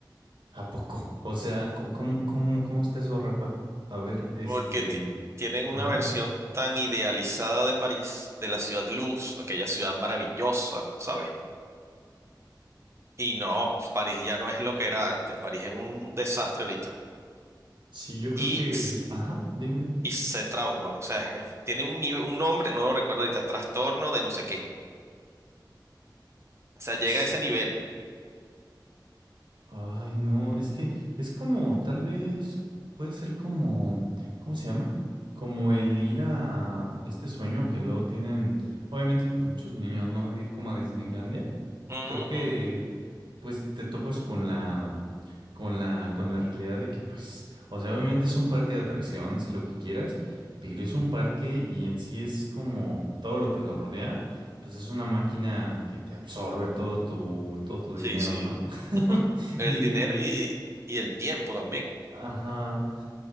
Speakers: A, on the right; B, on the right.
A: ¿A poco? O sea, co- ¿cómo, cómo, cómo está eso, Rafa? A ver, este,
B: porque ti- tienen una
A: ajá.
B: versión tan idealizada de París, de la ciudad luz, aquella ciudad maravillosa, ¿sabes? Y no, París ya no es lo que era antes, París es un desastre ahorita.
A: Sí, yo creo
B: Y,
A: que,
B: s-
A: ajá, dime, dime.
B: y se trauman, o sea, es- tiene un, nive- un nombre, no lo recuerdo ahorita, trastorno de no sé qué. O sea, llega
A: Sí.
B: a ese nivel.
A: Ay, no, es que es como, tal vez, puede ser como, ¿cómo se llama? Como el ir a este sueño que luego tienen, obviamente, pues muchos niños, ¿no? De ir como a Disneylandia. Y
B: Ujú.
A: creo que pues te topas con la, con la, con la realidad de que, pues, o sea, obviamente es un parque de atracciones y lo que quieras, pero es un parque y en sí es como todo lo que lo rodea, pues es una máquina que te absorbe todo tu, todo tu
B: Sí,
A: dinero,
B: sí.
A: ¿no? <laughs>
B: Ujú. El
A: Y
B: dinero
A: pues,
B: y, y el tiempo también.
A: ajá.